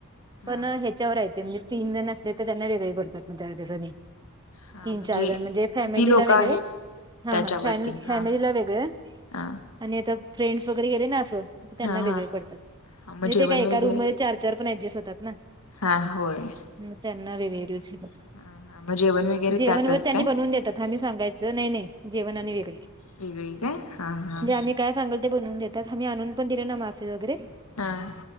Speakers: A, on the left; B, on the right.
A: हा
B: पण हे च्यावर हाय ते म्हणजे तीन जण असले, तर त्यांना वेगळे पडतात चार्जे आणि.
A: हा
B: तीन चार फॅन, म्हणजे फॅमिलीला
A: किती लोक
B: वेगळे,
A: आहेत
B: हा
A: त्याच्यावरती
B: हा फॅन
A: हा
B: फॅमिलीला वेगळं
A: हा
B: आणि आता फ्रेंड्स वगैरे गेले ना असं तर त्यांना
A: हा
B: वेगळे
A: हा
B: पडतात,
A: हा मग
B: म
A: जेवण
B: ते काय एका
A: वगैरे
B: रूममध्ये चार चार पण ऍडजस्ट होतात ना.
A: हा होय.
B: म त्यांना वेगळे रेट्स येतात.
A: हा हा मग जेवण वगैरे
B: जेवण
A: त्यातच
B: व त्यांनी
A: काय
B: बनवून देतात, आम्ही सांगायचं? नही नही जेवण आणि वेगळे.
A: वेगळे काय? हां हां.
B: म्हणजे आम्ही काय सांगेल ते बनवून देतात, आम्ही आणून पण दिले ना मासे वगैरे.
A: हां.